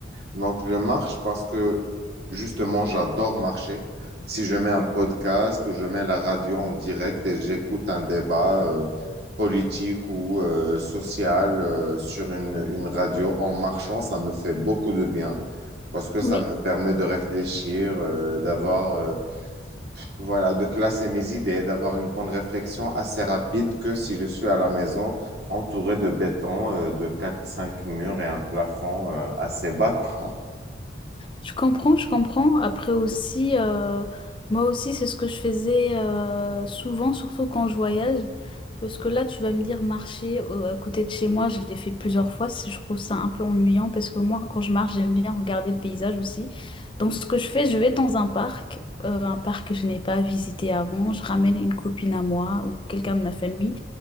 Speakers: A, on the right; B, on the left.
A: Donc, je marche parce que justement, j'adore marcher. Si je mets un podcast ou je mets la radio en direct et j'écoute un débat euh, politique ou euh, social euh, sur une, une radio en marchant, ça me fait beaucoup de bien parce que ça
B: Oui.
A: me permet de réfléchir, euh, d'avoir. euh, voilà, de classer mes idées, d'avoir une bonne réflexion assez rapide que si je suis à la maison entouré de béton, euh, de quatre cinq murs et un plafond euh, assez bas, quoi.
B: Je comprends, je comprends. Après aussi, euh, moi aussi, c'est ce que je faisais euh, souvent, surtout quand je voyage. Parce que là, tu vas me dire marcher euh, à côté de chez moi, je l'ai fait plusieurs fois. c'est- Je trouve ça un peu ennuyant parce que moi, quand je marche, j'aime bien regarder le paysage aussi. Donc, ce que je fais, je vais dans un parc, euh, un parc que je n'ai pas visité avant. Je ramène une copine à moi ou quelqu'un de ma famille.